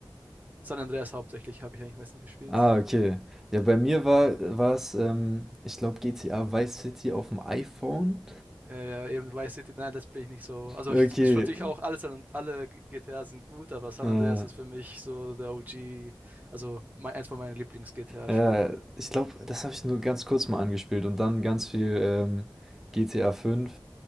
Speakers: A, on the right; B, in the centre.
A: San Andreas hauptsächlich habe ich eigentlich meistens gespielt.
B: Ah, okay. Ja, bei mir war, war es, ähm, ich glaube, GTA Vice City auf dem iPhone.
A: Ja, ja, eben Vice City, nein, das bin ich nicht so. Also
B: Okay.
A: ich, ich würde ich auch alles an alle GTA sind gut, aber San
B: Äh,
A: Andreas ist für mich so der OG, also mein, eins von meinen Lieblings-GTA-Spielen.
B: ja, ich glaube, das habe ich nur ganz kurz mal angespielt und dann ganz viel ähm, GTA 5